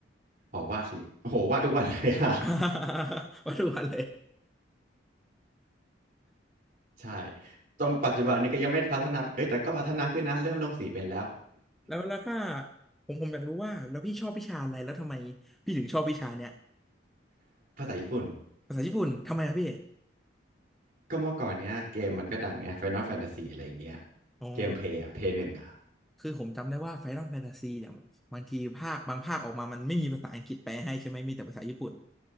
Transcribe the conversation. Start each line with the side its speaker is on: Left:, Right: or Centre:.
Right: อ๋อวาดสิโอ้โหวาดทุกวันเลย <laughs>
Centre: <laughs> วัดทุกวันเลย
Right: ใช่ตรงปัจจุบันนี้ก็ยังไม่ได้พัฒนาเอ้ยแต่ก็พัฒนาขึ้นนะเริ่มลงสีเป็นแล้ว
Centre: <laughs> แล้วแล้วถ้าผมผมอยากรู้ว่าแล้วพี่ชอบวิชาอะไรแล้วทำไมพี่ถึงชอบวิชาเนี้ย
Right: <laughs> ภาษาญี่ปุ่น
Centre: ภาษาญี่ปุ่นทำไมอะพี่
Right: ก็เมื่อก่อนเนี้ยเกมมันก็ดังไง Final Fantasy อะไรอย่างเงี้ย
Centre: อ๋อ
Right: เกมเพย์อะเพย์หนึ่งอะ
Centre: คือผมจำได้ว่า Final Fantasy เนี่ยบางทีภาคบางภาคออกมามันไม่มีภาษาอังกฤษแปลให้ใช่ไหมมีแต่ภาษาญี่ปุ่น